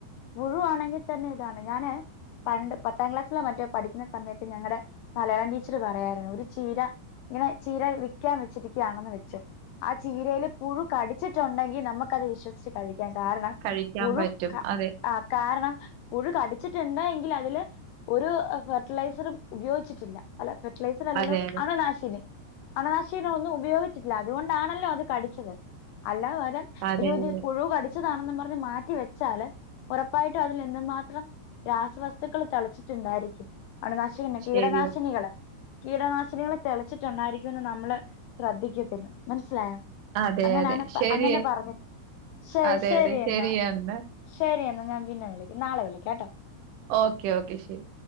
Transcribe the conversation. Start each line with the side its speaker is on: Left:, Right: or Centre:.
Left: പുഴുവാണെങ്കിത്തന്നെതാണ് ഞാന് പണ്ട് പത്താം ക്ലാസ്സിലോ മറ്റോ പഠിക്കുന്ന സമയത്ത് ഞങ്ങടെ മലയാളം ടീച്ചർ പറയുമായിരുന്നു. ഒരു ചീര ഇങ്ങനെ ചീര വിക്കാൻ വെച്ചിരിക്കുകയാണെന്ന് വെച്ചോ ആ ചീരയില് പുഴു കടിച്ചിട്ടുണ്ടെങ്കി നമുക്കത് വിശ്വസിച്ച് കഴിക്കാം. കാരണം
Right: കഴിക്കാൻ
Left: പുഴു
Right: പറ്റും
Left: ക
Right: അതെ
Left: കാരണം പുഴു കടിച്ചിട്ടുണ്ട് എങ്കിൽ അതില് ഒരു ഫെർട്ടിലൈസറും ഉപയോഗിച്ചിട്ടില്ല. അല്ല ഫെർട്ടിലൈസർ അല്ലല്ലോ?
Right: അതെ അതെ
Left: അത് നാശ അണുനാശീനൊന്നും ഉപയോഗിച്ചിട്ടില്ല. അതുകൊണ്ടാണല്ലോ അത് കടിച്ചത്. അല്ല
Right: അതെ
Left: അയ്യോതില്
Right: അതെ
Left: പുഴു കടിച്ചതാണന്നും പറഞ്ഞ് മാറ്റിവെച്ചാല് ഉറപ്പായിട്ടും അതിൽ എന്ത് മാത്രം രാസവസ്തുക്കൾ തളച്ചിട്ടുണ്ടായിരിക്കും അണുനാശി പിന്നെ കീടനാശിനികള്
Right: ശരിയാ
Left: കീടനാശിനികെ തെളച്ചിട്ട് ണ്ടായിരികൊന്ന് നമ്മള് ശ്രദ്ധിക്കത്തില്ല മനസ്സിലായോ
Right: അതെ
Left: അങ്ങനാണ്പ്പ
Right: അതെ ശരി
Left: അങ്ങനെ പറഞ്ഞിട്ട് ശെരി
Right: അതെ
Left: ശെരി
Right: അതെ
Left: എന്നാ
Right: ശരിയെന്നാ
Left: ശെരി എന്നാ ഞാൻ പിന്നെ വിളിക്ക നാളെ വിളിക്കാട്ടോ
Right: ഓക്കെ ഓക്കെ ശെരി